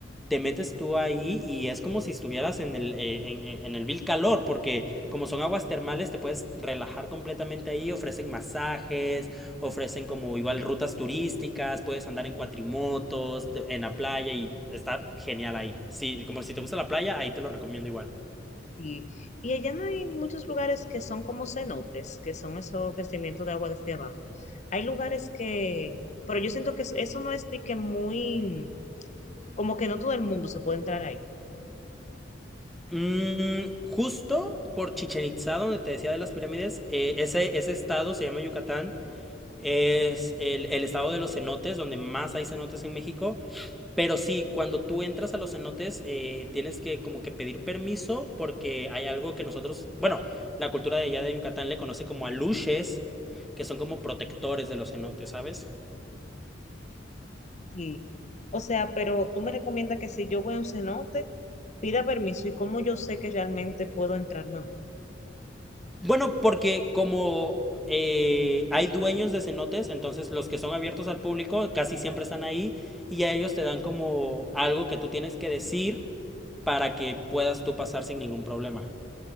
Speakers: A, in the centre; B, on the left.
A: te metes tú ahí y es como si estuvieras en el, eh, en, en- en el vil calor, porque como son aguas termales, te puedes relajar completamente ahí, ofrecen masajes, ofrecen como igual rutas turísticas, puedes andar en cuatrimotos, de- en la playa y está genial ahí. Sí, como si te gusta la playa, ahí te lo recomiendo igual.
B: Sí. Y allá no hay muchos lugares que son como cenotes, que son esos crecimientos de agua desde abajo. Hay lugares que, pero yo siento que eso eso no es de que muy, como que no todo el mundo se puede entrar ahí.
A: Mm, justo por Chichen Itzá, donde te decía de las pirámides, eh, ese, ese estado se llama Yucatán. Es el, el estado de los cenotes, donde más hay cenotes en México. Pero sí, cuando tú entras a los cenotes, eh, tienes que como que pedir permiso porque hay algo que nosotros, bueno, la cultura de allá de Yucatán le conoce como aluches, que son como protectores de los cenotes, ¿sabes?
B: Sí. O sea, pero tú me recomiendas que si yo voy a un cenote, pida permiso y cómo yo sé que realmente puedo entrar, no.
A: Bueno, porque como eh, hay dueños de cenotes, entonces los que son abiertos al público casi siempre están ahí y a ellos te dan como algo que tú tienes que decir para que puedas tú pasar sin ningún problema.